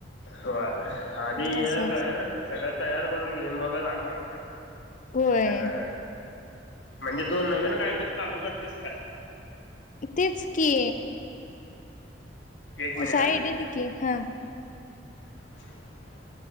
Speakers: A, on the left; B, on the left.
A: होय आधी हे
B: असं
A: कर
B: असं
A: सगळं तयार करून घे मगच अकाउंट काढ
B: होय
A: नाही तर म्हणजे तू नवीन काय तर चालू करतेस काय
B: तेच की
A: एक मिनिट
B: साय
A: हा
B: देते की हा
A: <unintelligible>